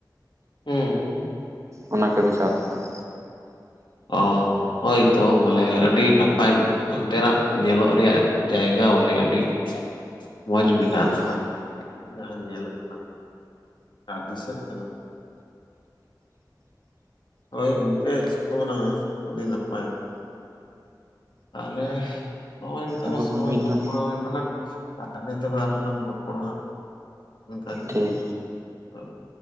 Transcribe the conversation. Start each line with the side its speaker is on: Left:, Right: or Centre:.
Left: ᱦᱩᱸ ᱦᱮ-ᱦᱮ ᱾
Right: ᱚᱱᱟ ᱠᱟᱹᱢᱤ ᱥᱟᱶ ᱛᱮᱫᱚ ᱾
Left: ᱚ ᱦᱳᱭ ᱛᱚ ᱵᱚᱞᱮ ᱟᱹᱰᱤ ᱱᱟᱯᱟᱭ ᱚᱱᱛᱮᱱᱟᱜ ᱧᱮᱞᱚᱜ ᱨᱮᱭᱟᱜ ᱡᱟᱭᱜᱟ ᱵᱚᱞᱮ ᱟᱹᱰᱤ ᱢᱚᱡᱽ ᱢᱮᱱᱟᱜᱼᱟ
Right: ᱦᱮᱸ
Left: ᱱᱟᱦᱟᱜ ᱡᱟᱦᱟᱸ ᱧᱮᱞᱚᱜ ᱠᱟᱱᱟ ᱾ ᱠᱟ ᱫᱤᱥᱟᱹᱜ ᱟᱱᱟ ᱾ ᱦᱳᱭ ᱜᱚᱝᱠᱮ ᱥᱤᱛᱩᱝ ᱱᱟᱦᱟ ᱟᱹᱰᱤ ᱱᱟᱯᱟᱭ, ᱛᱟᱦᱚᱞᱮ ᱱᱚᱜᱼᱚᱭ ᱱᱤᱛᱚᱜ
Right: ᱟᱵᱚ
Left: ᱢᱟ ᱥᱚᱢᱚᱭ
Right: ᱦᱚᱸ ᱢᱤᱫ
Left: ᱠᱚ
Right: ᱫᱚᱢ
Left: ᱠᱩᱲᱟᱹᱣᱮᱱ ᱛᱟᱞᱟᱝ ᱾ ᱦᱟᱱᱮ ᱛᱚᱵᱮ ᱟᱨᱦᱚᱸ ᱞᱟᱝ ᱨᱚᱯᱚᱲᱟ ᱦᱟᱸᱜ ᱱᱚᱝᱠᱟ ᱜᱤ
Right: ᱴᱷᱤᱠ
Left: ᱦᱳᱭ ᱾